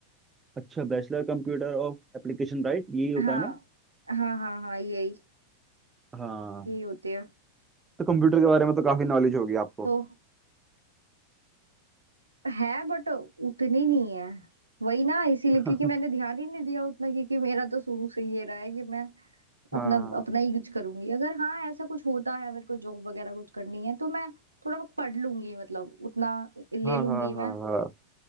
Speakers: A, on the right; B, on the right.
A: अच्छा bachelor computer of application right यही होता
B: हाँ
A: है ना
B: हाँ हाँ हाँ यही
A: हाँ
B: यही होती है
A: तो कंप्यूटर के बारे में तो काफी नॉलेज होगी आपको
B: तो है बट उतनी नहीं है वही ना इसीलिए
A: <laughs>
B: क्योंकि मैंने ध्यान ही नहीं दिया उतना क्योंकि मेरा तो शुरू से ये रहा है कि मैं
A: हाँ
B: अपना अपना ही कुछ करूंगी अगर हाँ ऐसा कुछ होता है मेरे को जॉब वगैरह कुछ करनी है तो मैं थोड़ा बहुत पढ़ लूंगी मतलब उतना ले
A: हाँ
B: लूंगी
A: हाँ हाँ
B: मैं
A: हाँ